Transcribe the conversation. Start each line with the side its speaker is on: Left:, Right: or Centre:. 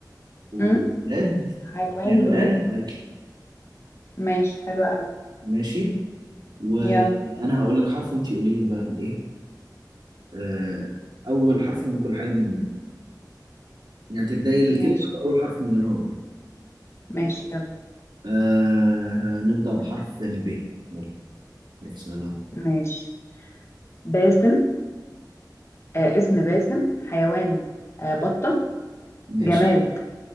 Right: وبلاد
Left: أم؟ حيوان
Right: وحيوان
Left: بلاد
Right: وأكل
Left: ماشي حلو قوي
Right: ماشي وأنا
Left: يلا
Right: هقول لك حرف وأنت قولي لي بقى الإيه آه، أول حرف من كل حاجة من دول يعني تبدأي الكلمة
Left: ماشي
Right: بأول حرف من اللي أنا هقوله لك.
Left: ماشي يلا
Right: أه هنبدأ بحرف الب يلا حرف سهل أهو.
Left: ماشي باسم آه اسم باسم حيوان آه بطة
Right: ماشي
Left: جماد